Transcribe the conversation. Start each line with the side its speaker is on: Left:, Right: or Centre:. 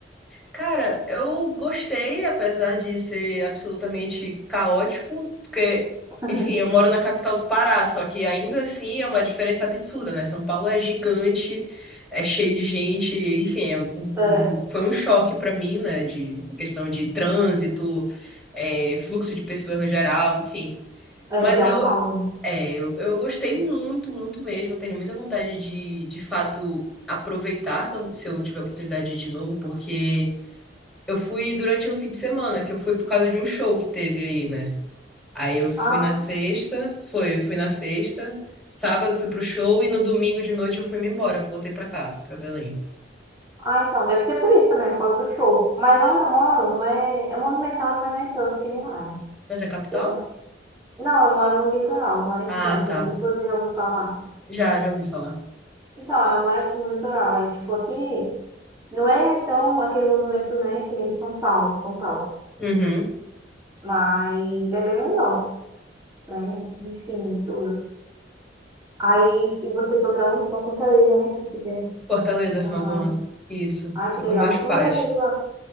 Centre: Cara, eu gostei, apesar de ser absolutamente caótico, porque,
Right: <laughs>
Centre: enfim, eu moro na capital do Pará, só que ainda assim é uma diferença absurda, né? São Paulo é gigante, é cheio de gente, enfim, é um-
Right: É,
Centre: um- foi um choque pra mim, né? De questão de trânsito, é, fluxo de pessoas no geral, enfim.
Right: é,
Centre: Mas
Right: que é
Centre: eu,
Right: um caos, né?
Centre: é, eu, eu gostei muito, muito mesmo. Eu tenho muita vontade de, de fato, aproveitar quando, se eu tiver a oportunidade de ir de novo, porque. Eu fui durante um fim de semana, que eu fui por causa de um show que teve aí, né? Aí eu fui
Right: Ah,
Centre: na sexta, foi, fui na sexta, sábado fui pro show e no domingo de noite eu fui me embora, voltei pra cá, pra Belém.
Right: ah, então, deve ser por isso também, por causa do show. Mas onde eu moro, não é, é movimentado, mas não é tanto que nem lá, né?
Centre: Mas é capital?
Right: Eu Não, eu moro no litoral, eu moro em
Centre: Ah,
Right: Santos.
Centre: tá.
Right: Eu não sei se você já ouviu falar.
Centre: Já, já ouvi falar.
Right: Então, eu moro aqui no litoral. Aí, tipo, aqui não é tão aquele movimento, né, que nem de São Paulo, São Paulo.
Centre: Uhum.
Right: Mas é bem melhor, né? Enfim, tudo. Aí, e você foi pra onde? Pra Fortaleza, né? Você já
Centre: Fortaleza,
Right: tinha
Centre: final
Right: falado.
Centre: do ano. Isso.
Right: Ai,
Centre: Fui
Right: que legal.
Centre: com meus
Right: O
Centre: pais.
Right: que você achou de lá?